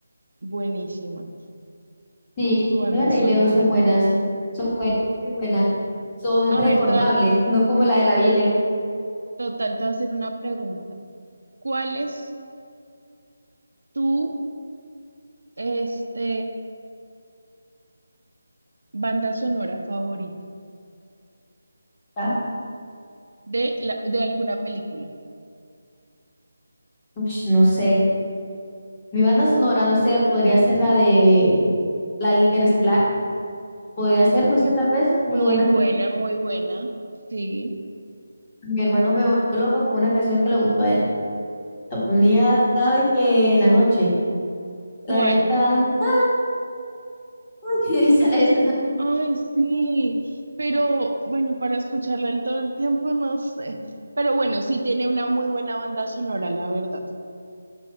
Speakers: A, on the right; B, on the left.
A: buenísima.
B: Sí,
A: Tu banda
B: la de Rey
A: sonora.
B: León son buenas, son buenas, muy buenas, son
A: A
B: recordables,
A: ver, te va-
B: no como la de La Bella y la
A: total, te voy a hacer una pregunta. ¿Cuál es tu este, banda sonora favorita
B: Bestia.
A: de, la- de alguna película?
B: Ush, no sé. Mi banda sonora, no sé, podría ser la de la de Interestelar. Podría ser, no sé,
A: M-
B: tal vez, muy
A: Muy
B: buena.
A: buena, muy buena. Sí.
B: Mi hermano me volvió loco con una canción que le gustó a él. La ponía cada vez que en la noche.
A: ¿Cuál?
B: La de tan, tan, <laughs> esa, esa.
A: Ay, sí. Pero bueno, para escucharla el todo el tiempo, no sé. Pero bueno, sí tiene una muy buena banda sonora, la verdad.